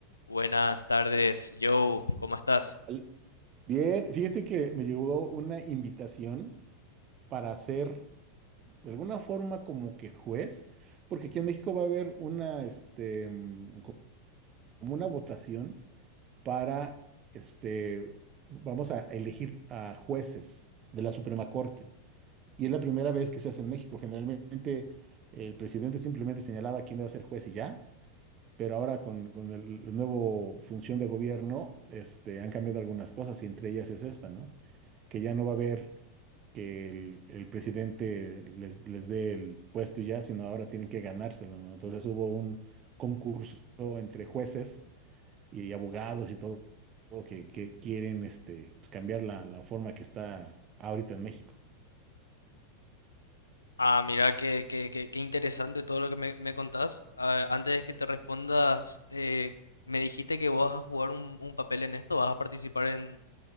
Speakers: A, on the left; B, on the right.
A: Buenas tardes, Joe, ¿cómo estás?
B: Al- Bien, fíjate que me llegó una invitación para ser de alguna forma como que juez, porque aquí en México va a haber una, este, mm, co- como una votación para, este, vamos a elegir a jueces de la Suprema Corte. Y es la primera vez que se hace en México. Generalmente el presidente simplemente señalaba quién iba a ser juez y ya, pero ahora con, con el, la nueva función de gobierno, este, han cambiado algunas cosas y entre ellas es esta, ¿no? Que ya no va a haber que el, el presidente les, les dé el puesto y ya, sino ahora tienen que ganárselo, ¿no? Entonces hubo un concurso entre jueces y abogados y todo, todo que, que quieren este, pues, cambiar la, la forma que está ahorita en México.
A: Ah, mira, qué, qué, qué- qué interesante todo lo que me, me contás. Ah, antes de que te respondas, eh, me dijiste que vos vas a jugar un, un papel en esto, vas a participar en,